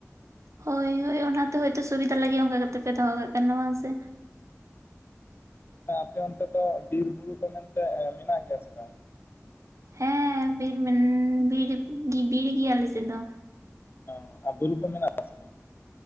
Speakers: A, on the right; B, on the left.
A: ᱦᱳᱭ ᱦᱳᱭ ᱚᱱᱟᱛᱮ ᱦᱳᱭᱛᱚ ᱥᱩᱵᱤᱫᱟ ᱞᱟᱹᱜᱤᱫ ᱚᱝᱠᱟ ᱠᱟᱛᱮ ᱯᱮ ᱫᱚᱦᱚ ᱠᱟᱜ ᱠᱟᱱᱟ ᱵᱟᱝ ᱥᱮ?
B: ᱟᱯᱮ ᱚᱱᱛᱮ ᱫᱚ ᱵᱤᱨ ᱵᱩᱨᱩ ᱠᱚ ᱢᱮᱱᱛᱮ ᱢᱮᱱᱟᱜ ᱜᱮᱭᱟ ᱥᱮ ᱵᱟᱝ?
A: ᱦᱮᱸ ᱵᱤᱨ ᱢᱮᱱ ᱵᱤᱨᱤ ᱵᱤᱨᱤ ᱜᱮᱭᱟ ᱟᱞᱮᱥᱮᱫ ᱫᱚ᱾
B: ᱵᱟᱝ ᱟᱨ ᱵᱩᱨᱩ ᱠᱚ ᱢᱮᱱᱟᱜ-ᱟ? ᱟ ᱥᱮ ᱵᱟᱝ?